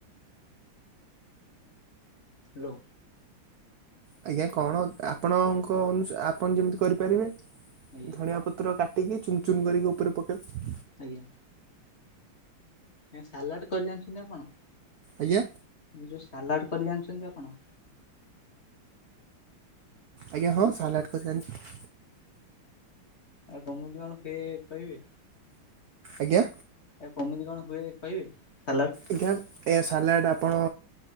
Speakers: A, on the left; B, on the right.
A: ହାଲୋ।
B: ଆଜ୍ଞା କଣ ଆପଣଙ୍କ ଅନୁସା ଆପଣ ଯେମିତି କରିପାରିବେ।
A: ଆଜ୍ଞା
B: ଧଣିଆ ପତ୍ର କାଟିକି ଚୁନ ଚୁନ କରିକି ଉପରେ ପକେଇ
A: ଆଜ୍ଞା। ଆଜ୍ଞା ସାଲାଡ କରି ଜାଣିଚନ୍ତି ଆପଣ?
B: ଆଜ୍ଞା?
A: ଯୋଉ ସାଲାଡ କରି ଜାଣିଚନ୍ତି ଆପଣ?
B: ଆଜ୍ଞା ହଁ ସାଲାଡ କରି ଜାଣିଚି।
A: ଆଉ କମୁଛି କଣ କେ କହିବେ।
B: ଆଜ୍ଞା।
A: ଆ କେମିତି କଣ ହୁଏ କହିବେ ସାଲଟ?
B: ଆଜ୍ଞା ଏ ସାଲାଡ଼ ଆପଣ